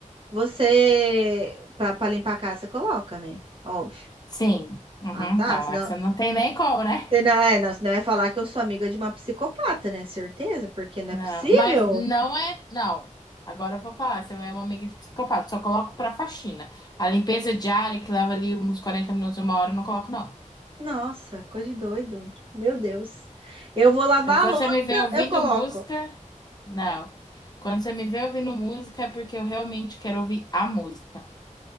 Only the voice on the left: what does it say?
Sim. Uhum,
então,
essa não tem nem como, né?
Não,
mas não é. Não. Agora eu vou falar, você é uma amiga de psicopata, só coloco pra faxina. A limpeza diária, que leva ali uns 40 minutos, uma hora, eu não coloco, não.
Então, quando
você me vê ouvindo
música, não. Quando você me vê ouvindo música, é porque eu realmente quero ouvir a música.